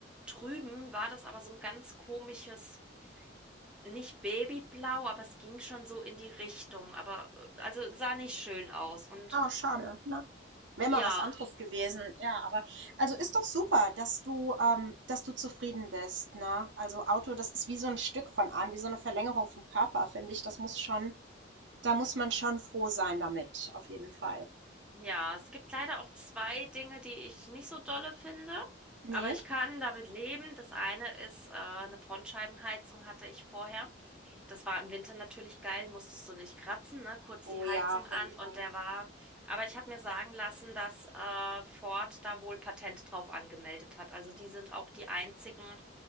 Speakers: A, in the centre; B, on the right (about 80°).
A: Trüben war das aber so ein ganz komisches, nicht Babyblau, aber es ging schon so in die Richtung. Aber äh, also sah nicht schön aus. Und
B: Oh, schade, ne? Wäre
A: Ja,
B: mal was anderes gewesen. Ja, aber also, ist doch super, dass du ähm, dass du zufrieden bist, ne? Also, Auto, das ist wie so ein Stück von einem, wie so eine Verlängerung vom Körper, finde ich. Das muss schon da muss man schon froh sein damit, auf jeden Fall.
A: ja, es gibt leider auch zwei Dinge, die ich nicht so dolle finde,
B: Ne?
A: aber ich kann damit leben. Das eine ist, äh, eine Frontscheibenheizung hatte ich vorher. Das war im Winter natürlich geil, musstest du nicht kratzen, ne? Kurz
B: Oh
A: die Heizung
B: ja, auf jeden
A: an
B: Fall.
A: und der war. Aber ich habe mir sagen lassen, dass äh, Ford da wohl Patent drauf angemeldet hat. Also die sind auch die einzigen,